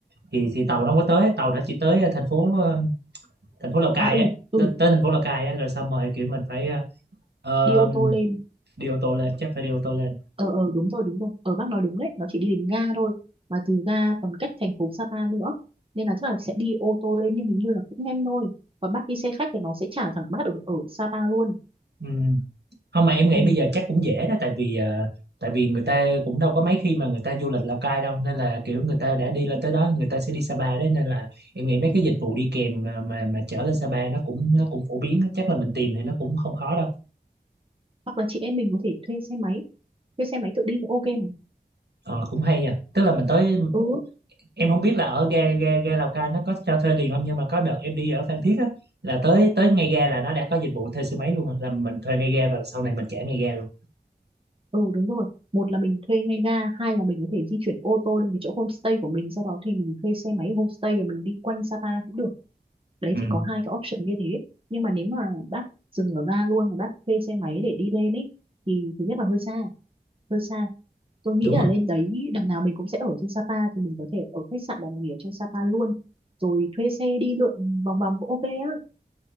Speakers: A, on the right; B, on the right.
A: thì thì tàu nó không có tới tàu nó chỉ tới ờ, thành phố ờ, thành phố Lào Cai
B: à ừ
A: á
B: ừ
A: tới, tới thành phố Lào Cai á rồi xong rồi kiểu mình phải ờ,
B: đi ô tô lên
A: đi ô tô lên chắc phải đi ô tô lên
B: ờ ờ đúng rồi đúng rồi ở bác nói đúng đấy nó chỉ đi đến ga thôi mà từ ga còn cách thành phố Sapa nữa nên là chắc là sẽ đi ô tô lên nhưng hình như là cũng nhanh thôi còn bác đi xe khách thì nó sẽ trả thẳng bác ở ở Sapa luôn
A: ừ. không mà em nghĩ
B: ừ.
A: bây giờ chắc cũng dễ đó tại vì ờ, tại vì người ta cũng đâu có mấy khi mà người ta du lịch Lào Cai đâu nên là kiểu người ta đã đi lên tới đó người ta sẽ đi Sapa đấy nên là em nghĩ mấy cái dịch vụ đi kèm mà mà, mà chở lên Sapa nó cũng nó cũng phổ biến á. chắc là mình tìm thì nó cũng không khó đâu
B: hoặc là chị em mình có thể thuê xe máy thuê xe máy tự đi cũng ok mà
A: ờ, cũng hay nha tức là mình tới
B: ừ
A: em không biết là ở ga ga ga Lào Cai nó có cho thuê liền không nhưng mà có đợt em đi ở Phan Thiết á là tới tới ngay ga là nó đã có dịch vụ thuê xe máy luôn rồi. là mình thuê ngay ga và sau này mình trả ngay ga luôn
B: ừ đúng rồi một là mình thuê ngay ga hai là mình có thể di chuyển ô tô lên cái chỗ homestay của mình sau đó thì mình thuê xe máy ở homestay và mình đi quanh Sapa cũng được đấy
A: ừ
B: thì có hai cái option như thế nhưng mà nếu mà bác dừng ở ga luôn mà bác thuê xe máy để đi lên ấy thì thứ nhất là hơi xa hơi xa tôi nghĩ
A: đúng
B: là
A: rồi
B: lên đấy đằng nào mình cũng sẽ ở trên Sapa thì mình có thể ở khách sạn và nghỉ ở trên Sapa luôn rồi thuê xe đi lượn vòng vòng cũng ok á